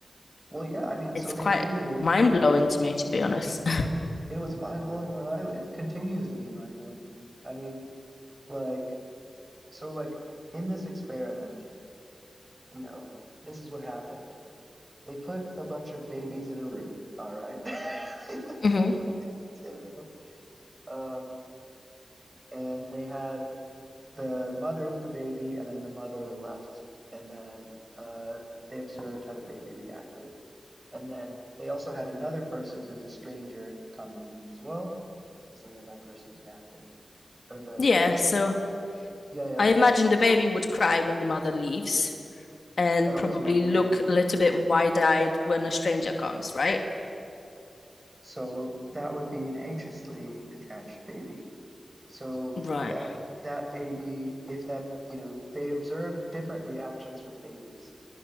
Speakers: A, on the right; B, on the left.
A: well, yeah, I mean, so
B: It's
A: they
B: quite
A: do,
B: mind
A: and
B: blowing
A: it's
B: to me, to be honest.
A: it was mind blowing when I it continues to be mind blowing to me. I mean, like so like in this experiment, you know, this is what happened. They put a bunch of babies in a room. All right, <laughs> they put a
B: <laughs> hmm
A: bunch of babies in a room. Um, and they had the mother with the baby, and then the mother left, and then uh, they observed how the baby reacted. And then they also had another person who's a stranger come in the room as well and see how that person reacted. Or the,
B: Yeah. So
A: yeah, yeah,
B: I imagine the baby would cry when the mother leaves and
A: that
B: probably
A: was one reaction.
B: look a little bit wide-eyed when a stranger comes, right?
A: So that would be an anxiously attached baby. So
B: Right.
A: that that baby, if that, you know, they observed different reactions from babies,